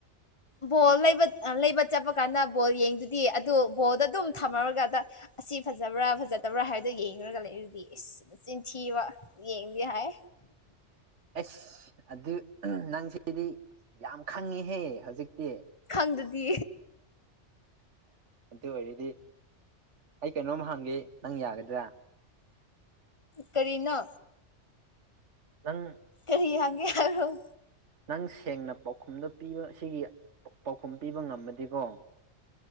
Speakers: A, on the left; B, on the right.
A: ꯕꯣ ꯂꯩꯕ ꯂꯩꯕ ꯆꯠꯄ ꯀꯥꯟꯗ ꯕꯣꯜ ꯌꯦꯡꯗꯨꯗꯤ ꯑꯗꯨ ꯕꯣꯜꯗꯣ ꯑꯗꯨꯝ ꯊꯝꯃꯔꯒꯥꯟꯗ ꯑꯁꯤ ꯐꯖꯕ꯭ꯔꯥ ꯐꯖꯗꯕ꯭ꯔꯥ ꯍꯥꯏꯗꯨ ꯌꯦꯡꯉꯨꯔꯒꯂ ꯑꯗꯨꯗꯤ ꯏꯁ ꯆꯤꯟꯊꯤꯕ ꯌꯦꯡꯗꯦ ꯍꯥꯏ
B: ꯑꯁ ꯑꯗꯨ ꯅꯪꯁꯤꯗꯤ ꯌꯥꯝ ꯈꯪꯉꯤꯍꯦ ꯍꯧꯖꯤꯛꯇꯤ
A: ꯑꯗꯨꯗꯤ
B: ꯑꯗꯨ ꯑꯣꯏꯔꯗꯤ ꯑꯩ ꯀꯩꯅꯣꯝ ꯍꯪꯒꯦ ꯅꯪ ꯌꯥꯒꯗ꯭ꯔꯥ
A: ꯀꯔꯤꯅꯣ
B: ꯅꯪ
A: ꯑꯦꯔꯤꯌꯥꯦ <unintelligible> ꯑꯣ
B: ꯅꯪ ꯁꯦꯡꯅ ꯄꯥꯎꯈꯨꯝꯗꯣ ꯄꯤꯕ ꯁꯤꯒꯤ ꯄꯥꯎꯈꯨꯝ ꯄꯤꯕ ꯉꯝꯃꯗꯤꯀꯣ